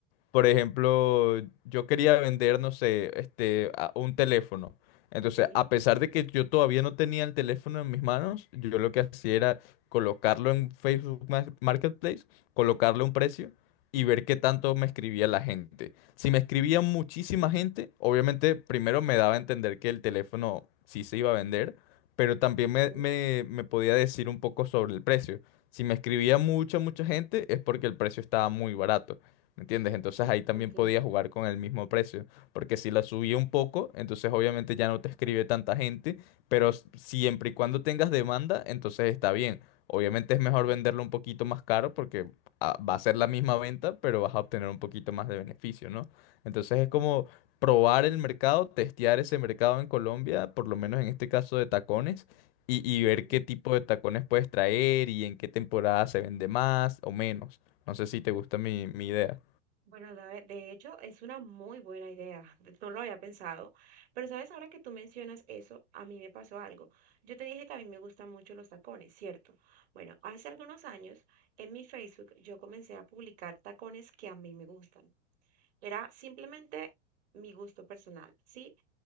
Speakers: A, on the left; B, on the right.
A: por ejemplo, yo quería vender, no sé, este, a- un teléfono. Entonces,
B: Ok,
A: a pesar de que yo todavía no tenía el teléfono en mis manos, yo lo que hacía era colocarlo en Facebook Ma- Marketplace, colocarle un precio y ver qué tanto me escribía la gente. Si me escribía muchísima gente, obviamente primero me daba a entender que el teléfono sí se iba a vender, pero también
B: ok,
A: me, me me podía decir un poco sobre el precio. Si me escribía mucha, mucha gente, es porque el precio estaba muy barato. ¿Me entiendes? Entonces ahí también
B: ok,
A: podía jugar con el mismo precio, porque si la subía un poco, entonces obviamente ya no te escribe tanta gente, pero s- siempre y cuando tengas demanda, entonces está bien. Obviamente
B: ok,
A: es mejor venderlo un poquito más caro porque ah, va a ser la misma venta, pero vas a obtener un poquito más de beneficio, ¿no? Entonces es como probar el mercado, testear ese mercado en Colombia, por lo menos en este caso de tacones, y, y
B: ok.
A: ver qué tipo de tacones puedes traer y en qué temporada se vende más o menos. No sé si te gusta mi, mi idea.
B: Bueno, sabe- de hecho es una muy buena idea, <laughs> no lo había pensado, pero sabes, ahora que tú mencionas eso, a mí me pasó algo. Yo te dije que a mí me gustan mucho los tacones, ¿cierto? Bueno, hace algunos años en mi Facebook yo comencé a publicar tacones que a mí me gustan. Era simplemente mi gusto personal, ¿sí?